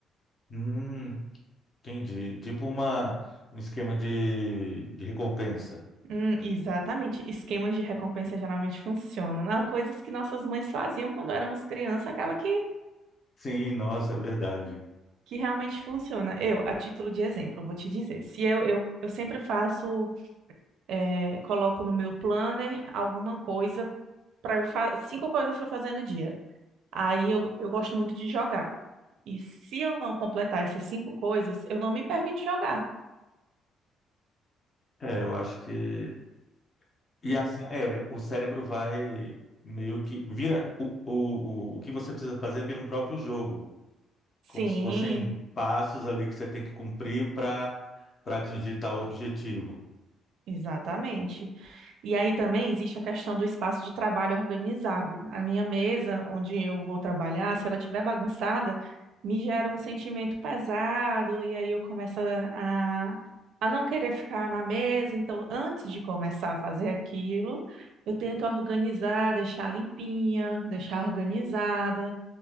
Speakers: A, on the left (about 25°); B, on the right (about 65°).
A: Hum, entendi. Tipo uma, um esquema de, de recompensa.
B: Hum, exatamente. Esquemas de recompensa geralmente funcionam, né? Coisas que nossas mães faziam quando éramos criança, acaba que
A: Sim, nossa, é verdade.
B: que realmente funciona. Eu, a título de exemplo, eu vou te dizer. Se eu, eu, eu sempre faço, eh, coloco no meu planner alguma coisa para eu fazer, cinco coisas para eu fazer no dia. Aí eu, eu gosto muito de jogar. E se eu não completar essas cinco coisas, eu não me permito jogar.
A: É, eu acho que. E assim, é, é, o cérebro vai meio que. Vira. O, o, o, o que você precisa fazer vira um próprio jogo.
B: Sim,
A: Como se fossem passos ali que você tem que cumprir para para atingir tal objetivo.
B: exatamente. E aí também existe a questão do espaço de trabalho organizado. A minha mesa, onde eu vou trabalhar, se ela estiver bagunçada, me gera um sentimento pesado, e aí eu começo a, a não querer ficar na mesa. Então, antes de começar a fazer aquilo, eu tento organizar, deixar limpinha, deixar organizada.